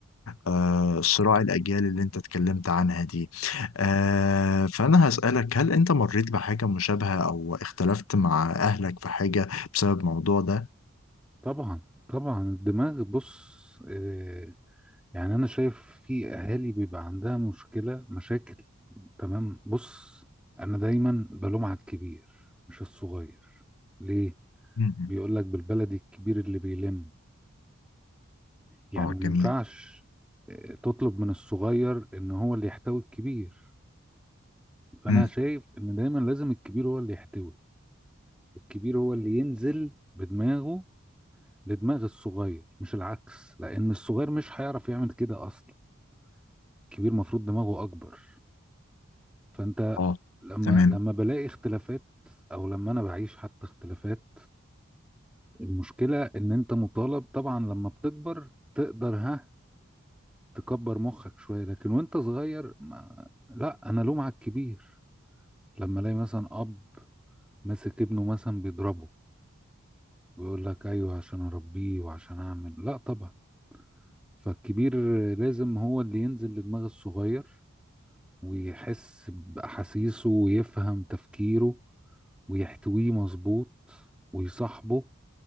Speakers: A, on the left; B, in the centre.
A: آه صراع الأجيال اللي انت اتكلمت عنها دي آه فأنا هسألك هل انت مريت بحاجة مشابهة او اختلفت مع أهلك في حاجة بسبب الموضوع ده؟
B: طبعا طبعا الدماغ بص آه يعني انا شايف في اهالي بيبقى عندها مشكلة مشاكل تمام بص انا دايما بلوم على الكبير مش الصغير ليه
A: مم.
B: بيقول لك بالبلدي الكبير اللي بيلم يعني
A: اه
B: ما
A: جميل
B: ينفعش آه، تطلب من الصغير ان هو اللي يحتوي الكبير فانا
A: مم.
B: شايف ان دايما لازم الكبير هو اللي يحتوي الكبير هو اللي ينزل بدماغه لدماغ الصغير مش العكس لان الصغير مش هيعرف يعمل كده اصلا الكبير مفروض دماغه اكبر فانت
A: اه
B: لما
A: تمام
B: لما بلاقي اختلافات او لما انا بعيش حتى اختلافات المشكلة ان انت مطالب طبعا لما بتكبر تقدر ها تكبر مخك شوية لكن وانت صغير ما... لا انا لوم على الكبير لما الاقي مثلا اب ماسك ابنه مثلا بيضربه ويقول لك ايوه عشان اربيه وعشان اعمل لا طبعا فالكبير لازم هو اللي ينزل لدماغ الصغير ويحس باحاسيسه ويفهم تفكيره ويحتويه مظبوط ويصاحبه